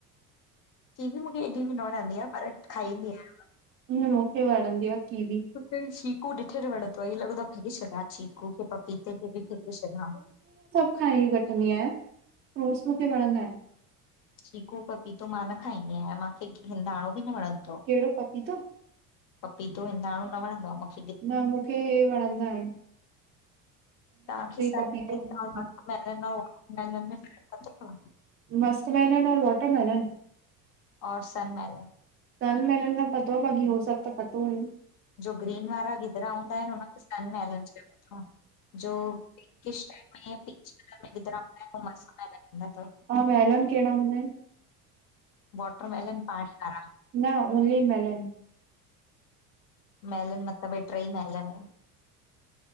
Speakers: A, on the left; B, on the right.
A: किवी मुखे एॾी बि न वणंदी आ पर खाईंदी आहियां
B: न मूंखे वणंदी आ कीवी।
A: त छीकू ॾिठे न वणंदो आ, ईअ लॻोदो आ फेके छॾियां छकू खे पपीते खे बि फेके छॾियां।
B: खांई वठंदी आहियां, फ्रूट्स मुखे वणंदा आहिनि।
A: चीकू पपीतो मां न खाईंदी आयां, माखे हिंदाणो बि न वणंदो
B: कहिड़ो पपीतो
A: पपीतो हिंदाणो न वणंदो आ मखे।
B: न मुखे हे वणंदा इन।
A: तव्हांखे सन
B: पपीतो
A: मैलन, मस्क मैलन अऊं वाटर मैलन में पतो कोने?
B: मस्क मैनन ओर वॉटरमैेलन।
A: और सन मैलन।
B: सन मेलन न पतो, बाक़ी हो सभु त पतो हुयुनि।
A: जो ग्रीन वारा गिदिरा हूंदा इन हुनखे सन मैलन चइबो तव। जो पिक टाइप में पिंच कलर में गिदिरा हूदा आहे न वे मस्क मैलन हूंदा तव।
B: वैलन कहिड़ा हूंदा इन।
A: वॉटर मैलन पाणी वारा।
B: न ओनली मैलन।
A: मैलन मतिलब हे ट्रे ई मैलन इन।